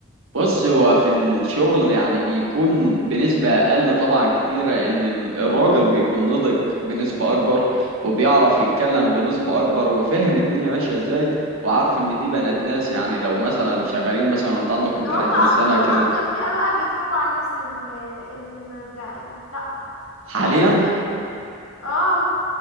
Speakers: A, on the right; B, on the left.
A: بص هو في الشغل يعني بيكون بنسبة أقل طبعا كتيرة إن ال- الراجل بيكون نضج بنسبة أكبر وبيعرف يتكلم بنسبة أكبر وفاهم الدنيا ماشية إزاي وعارف إن دي بنات ناس يعني لو مثلا شغالين مثلا وأنت عندكم
B: ده
A: 30
B: هم أك-
A: سنة
B: دول
A: كده
B: اكتر فئة بقى بيضحكوا على الناس اللي, اللي ما بتاع لا
A: حاليا
B: ما شفتها اه